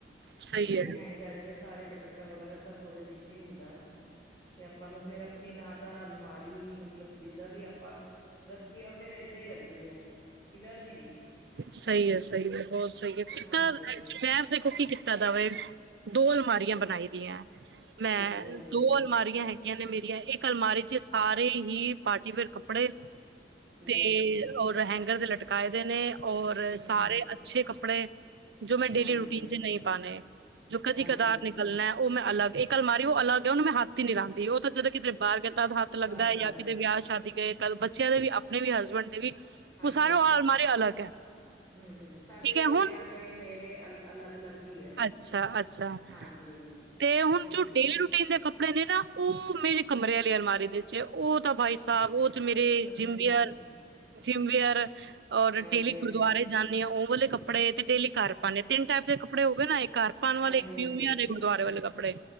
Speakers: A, on the right; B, on the left.
A: ਸਹੀ
B: ਤੇ
A: ਹੈ,
B: ਹੈਂਗਰ। ਦੇ ਸਾਰਾ, ਦੁਪੱਟਾ ਵਗੈਰਾ ਸਭ, ਉਹਦੇ ਵਿੱਚ ਹੀ, ਹੁੰਦਾ। ਤੇ ਆਪਾਂ ਨੂੰ ਫੇਰ ਆਪਣੀ ਨਾਲ। ਤਾਂ ਅਲਮਾਰੀ ਮਤਲਬ, ਜਿੱਦਾਂ ਦੀ ਆਪਾਂ ਰੱਖੀਏ ਔ, ਫੇਰ। ਹੀ ਰਹਿੰਦੀ ਆ। ਖਿਲੜਦੀ ਨਹੀਂ।
A: ਸਹੀ ਹੈ, ਸਹੀ ਹੈ, ਬਹੁਤ ਸਹੀ ਹੈ, ਕਿ <unintelligible>
B: ਹਾਂਜੀ।
A: ਦੇਖ ਕੀ ਕੀਤਾ ਜਾਵੇ ਦੋ ਅਲਮਾਰੀਆਂ ਬਣਾਈ ਦੀਆਂ।
B: ਹਾਂਜੀ,
A: ਮੈਂ
B: ਹਾਂਜੀ,
A: ਤੂੰ ਅਲਮਾਰੀਆਂ ਹੈਗ ਨੇ ਮੇਰੀਆਂ ਇਹ ਅਲਮਾਰੀ ਚ ਸਾਰੇ ਹੀ ਪਾਰਟੀ ਫੇਿਰ ਕੱਪੜੇ ਤੇ
B: ਹਾਂਜੀ, ਹਾਂਜੀ
A: ਔਰ ਹੈਂਗਰ ਦੇ ਲਟਕਾਏ ਦੇ ਨੇ ਔਰ
B: ਹਮ
A: ਸਾਰੇ ਅੱਛੇ ਕੱਪੜੇ ਜੋ ਮੈਂ
B: ਹਾਂਜੀ,
A: ਡੇਲੀ ਰੂਟੀਨ ਚੇ ਨਹੀਂ ਪਾਣੇ ਜੋ ਕਦੀ
B: ਹਾਂਜੀ।
A: ਕਦਾਰ ਨ ਗੱਲ ਹੈ ਉਹ ਮੈਂ ਅਲੱਗ ਇਹ ਗੱਲ ਮਾਰੀ ਉਹ ਅਲੱਗ ਨ ਮੈਂ ਹੱਥ ਨ ਲਾਂਦੀ ਉਹ ਤਾਂ ਜਦੋਂ ਕਿਤੇ ਬਾਹਰ ਗਿਆ ਕੀਤਾ ਹ ਲੱਗਦਾ
B: ਬਾਹਰ
A: ਹੈ
B: ਅੰਦਰ
A: ਜਾਂ ਕਿਤੇ ਵਿਆਹ ਸ਼ਾਦੀ ਕਰਏ ਕ ਬੱਚਿਆਂ ਦੇ ਵੀ ਆਪਣੇ ਵੀ ਹਸਬੈਂਡ ਦੇ ਵੀ
B: ਹਾਂਜੀ
A: ਉਹ ਸਾਰੇ
B: ਹਾਂਜੀ
A: ਉਹ ਅਲਮਾਰੀ ਅਲੱਗ ਹੈ
B: ਹਮ ਹਮ ਸਾਡੇ
A: ਠੀਕ
B: ਬੱਚਿਆਂ
A: ਹੈ ਹੁਣ
B: ਦੇ ਮੇਰੇ ਅਲ ਅਲੱਗ ਅਲੱਗ ਹੀ ਆ
A: ਅੱਛਾ ਅੱਛਾ
B: ਹਾਂਜੀ
A: ਤੇ ਹੁਣ
B: ਹੂੰ
A: ਜੋ ਡੇਲੀ ਦੇ ਕੱਪੜੇ ਨੇ ਨਾ ਉਹ ਮੇਰੇ ਕਮਰੇ ਵਾਲੇ ਅਲਮਾਰੀ ਦੇ ਉਹ ਤਾਂ ਭਾਈ ਸਾਹਿਬ ਉਹ, ਮੇਰੇ ਜਿੰਮ
B: ਹੂੰ
A: ਬਅਰ ਜਿਮ ਵੀਅਰ ਔਰ
B: ਹਾਂਜੀ
A: ਡੇਲੀ
B: ਹਾਂਜੀ
A: ਜਾਂਦੀ ਹਾਂ, ਉਹ ਵਾਲੇ ਕੱਪੜੇ, ਤੇ ਡੇਲੀ ਘਰ ਪਾਉਂਦੇ, ਤਿੰਨ ਟਾਈਪ ਦੇ ਕੱਪੜੇ ਹੋ ਗਏ, ਨਾ। ਘਰ ਪਾਉਣ
B: ਹਾਂਜੀ
A: ਵਾਲੇ, ਇੱਕ ਜਿਉ।
B: ਹਾਂਜੀ
A: ਗੁਰਦੁਆਰੇ ਵਾਲੇ ਕੱਪੜੇ,